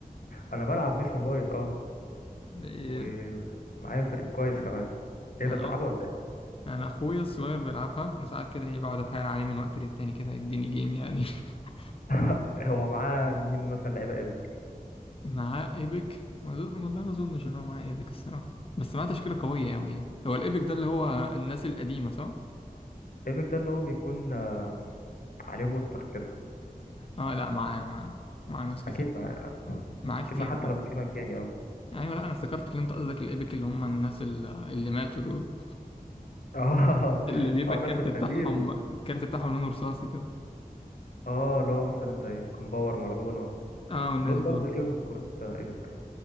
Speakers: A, on the left; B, on the left.
A: انا بلعب بيس موبايل اه
B: إيه؟
A: ومعايا فريق كويس كمان إيه انت
B: أنا
A: بتلعبه ولا ايه؟
B: أنا أخويا الصغير بيلعبها وساعات كده إيه بقعد أتحايل عليه من وقت للتاني كده يديني جيم يعني <laughs>
A: <laughs> هو معاه مين مثلا لعيبة ايبك
B: معاه إيبك ما أظن- والله ما أظنش إن هو معاه إيبك الصراحة بس معاه تشكيلة قوية أوي يعني هو الإيبك ده اللي هو الناس القديمة صح؟
A: ايبك ده اللي هو بيكون آم، عليه بوستر كده
B: آه لا معاه معاه معاه ناس كتير
A: اكيد مع
B: معاه كتير
A: اكيد ما حتى
B: بس
A: لو كان مجاني اه
B: ايوه لا انا افتكرت ان انت قصدك الايبك اللي هم الناس ال- اللي ماتوا دول
A: <laughs> اه
B: اللي بيبقى
A: اه
B: الكارت
A: الناس القديمة
B: بتاعهم الكارت بتاعهم لونه رصاصي كده
A: اه اللي هو مثلا زي كومباور مارادونا
B: اه الناس
A: دول برضه
B: دول
A: ليهم كروت ايبك